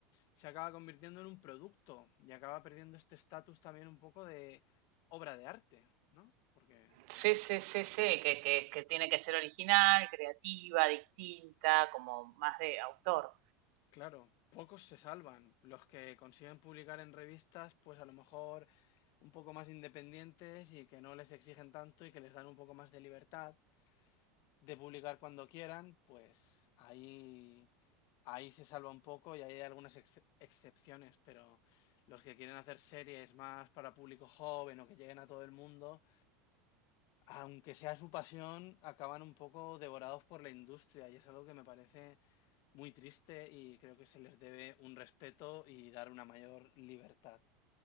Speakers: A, on the left (about 55°); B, on the right (about 60°).
A: se acaba convirtiendo en un producto y acaba perdiendo este estatus también un poco de obra de arte, ¿no? Porque
B: Sí, sí, sí, sí, que, que, que tiene que ser original, creativa, distinta, como más de autor.
A: Claro, pocos se salvan. Los que consiguen publicar en revistas, pues a lo mejor un poco más independientes y que no les exigen tanto y que les dan un poco más de libertad de publicar cuando quieran, pues ahí, ahí se salva un poco y ahí hay algunas ex- excepciones, pero los que quieren hacer series más para público joven o que lleguen a todo el mundo, aunque sea su pasión, acaban un poco devorados por la industria y es algo que me parece muy triste y creo que se les debe un respeto y dar una mayor libertad.